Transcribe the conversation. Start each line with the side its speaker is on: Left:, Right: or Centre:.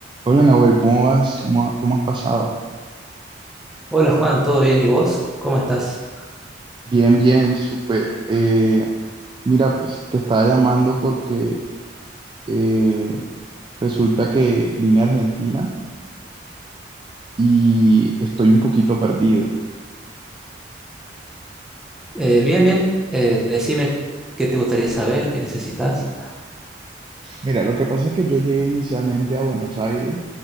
Right: Hola Nahuel, ¿cómo vas? ¿Cómo, ha- cómo has pasado?
Centre: Hola Juan, ¿todo bien? ¿Y vos? ¿Cómo estás?
Right: Bien, bien, súper. Eh, mira, pues te estaba llamando porque eh, resulta que vine a Argentina y estoy un poquito perdido.
Centre: Eh, bien, bien. Eh, decime qué te gustaría saber, qué necesitas.
Right: Mira, lo que pasa es que yo llegué inicialmente a Buenos Aires,